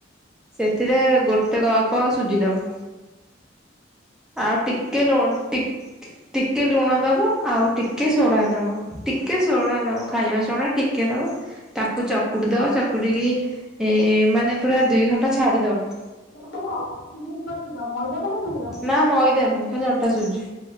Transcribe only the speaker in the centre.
ସେଥିରେ ଗୋଟେ କପ ସୁଜି ଦବ। ଆଉ ଟିକେ ଲୁଣ ଟିକ୍ ଟିକେ ଲୁଣ ଦବ, ଆଉ ଟିକେ ସୋଢା ଦବ ଟିକେ ସୋଢା ଦବ ଖାଇବା ସୋଢା ଟିକେ ଦବ, ତା କୁ ଚକୁଟି ଦବ ଚକୁଟିକି ଏ ମାନେ ପୁରା ଦୁଇ ଘଣ୍ଟା ଛାଡି ଦବ।
ନା ମଇଦା ନୁହେଁ, ଖାଲି ଅଟା ସୁଜି।